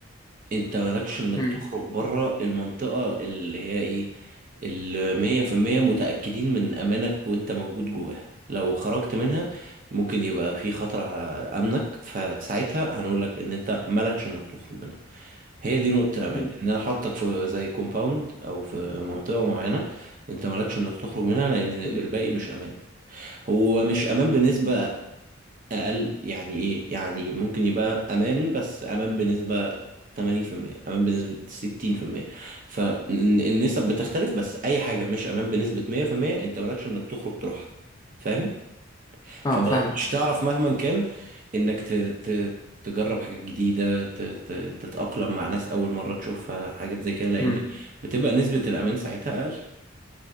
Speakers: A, on the right (about 40°); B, on the left (about 20°).
A: انت مالكش انك
B: مم.
A: تخرج بره المنطقة اللي هي ايه اللي مية في المية متأكدين من أمانك وانت موجود جواها لو خرجت منها ممكن يبقى في خطر على أمنك فساعتها هنقولك ان انت مالكش انك تخرج منها هي دي نقطة الأمان
B: مم.
A: ان انا حاطك في زي كومباوند او في منطقة معينة انت مالكش انك تخرج منها لان الباقي
B: مم.
A: مش امان هو مش امان بالنسبة اقل يعني ايه يعني ممكن يبقى امان بس امان بنسبة 80% امان بنسبة 60% فالنسب بتختلف بس اي حاجة مش امان بنسبة 100% انت مالكش انك تخرج تروحها فاهم
B: اه
A: فمش
B: فاهم
A: تعرف مهما كان انك ت... ت... تجرب حاجات جديدة ت... ت... تتأقلم مع ناس أول مرة تشوفها حاجات زي كده لأن
B: مم.
A: بتبقى نسبة الأمان ساعتها أقل